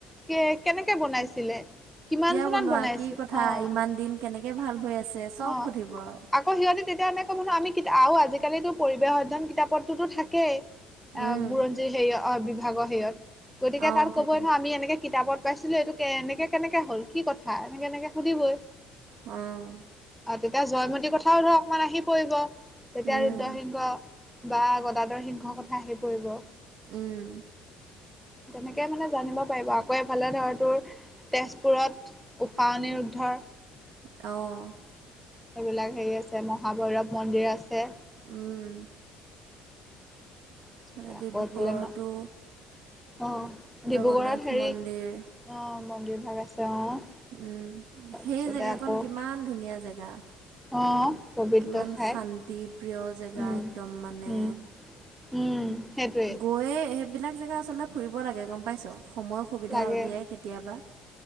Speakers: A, in the centre; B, on the right.
A: কে কেনেকে বনাইছিলে? কিমান চনত
B: এ বনোৱা
A: বনাইছিল
B: কি কথা ইমান
A: অ
B: দিন কেনেকে ভাল হৈ আছে চব
A: অ
B: সুধিব আৰু।
A: আকৌ সিহঁতি তেতিয়া এনে ক' ম ন আমি কিতা আৰু আজিকালিতো পৰিৱেশ অধ্যয়ন কিতাপতোতো থাকেই। অ'
B: উম,
A: বুৰঞ্জীৰ হেৰিয় অ বিভাগৰ হেৰিয়ত গতিকে
B: অ',
A: তাত
B: থাকে
A: ক'বই ন আমি এনেকে কিতাপত পাইছিলো, এইটো এনেকে কেনেকে হ'ল, কি কথা, এনেকে এনেকে সুধিবই?
B: অ'।
A: অ' তেতিয়া জয়মতীৰ কথাও ধৰ অকমান আহি পৰিব তেতিয়া
B: উম।
A: ৰুদ্ৰসিংহ। বা গদাধৰ সিংহৰ কথা আহি পৰিব।
B: উম।
A: তেনেকে মানে জানিব পাৰিব আকৌ এফালে ধৰ তোৰ তেজপুৰত উষা-অনিৰুদ্ধৰ
B: অ'।
A: এইবিলাক হেৰি আছে, মহাভৈৰৱ মন্দিৰ আছে।
B: উম।
A: পিছতে
B: ফালে ডিব্ৰুগড়তো
A: আকৌ এফালে ন, অ'
B: জগন্নাথ
A: ডিব্ৰুগড়ত হেৰি
B: মন্দিৰ
A: অ' মন্দিৰভাগ আছে অ'।
B: উম,
A: তাৰপিছতে
B: সেই জেগাকন
A: আকৌ
B: কিমান ধুনীয়া জেগা?
A: অ', পবিত্ৰ
B: কিমান
A: ঠাই।
B: শান্তি প্ৰিয় জেগা
A: উম।
B: একদম মানে।
A: উম, উম, সেইটোৱেই
B: গৈয়ে, সেইবিলাক জেগা আচলতে ফুৰিব লাগে গম পাইছ? সময় সুবিধা
A: লাগে
B: উলিয়াই কেতিয়াবা।